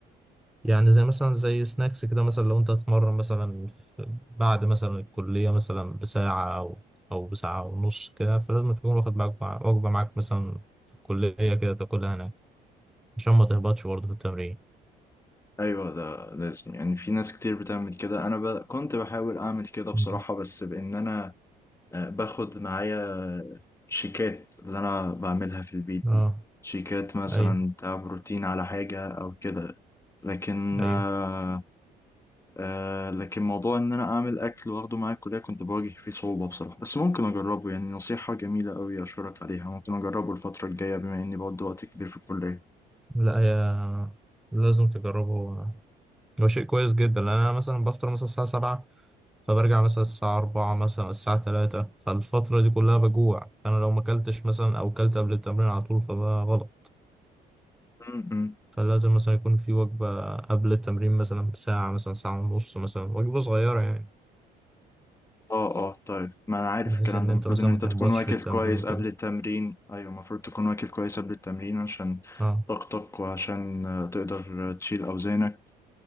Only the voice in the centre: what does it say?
يعني زي مثلا زي سناكس كده مثلا لو انت هتتمرن مثلا في- بعد مثلا الكليه مثلا بساعه او او بساعه ونص كده فلازم تكون واخد معاك مع- وجبه معاك مثلا في الكليه كده تاكلها هناك عشان ما تهبطش برضه في التمرين
مم.
اه
ايوه
ايوه
لا يا لازم تجربه هو شيء كويس جدا لان انا مثلا بفطر مثلا الساعه 7 فبرجع مثلا الساعه 4 مثلا الساعه 3 فالفتره دي كلها بجوع فانا لو ما اكلتش مثلا او اكلت قبل التمرين على طول فده غلط
فلازم مثلا يكون في وجبه قبل التمرين مثلا بساعه مثلا ساعه ونص مثلا وجبه صغيره يعني
بحيث
ان
انت
مثلا
ما تهبطش
في التمرين
وكده
اه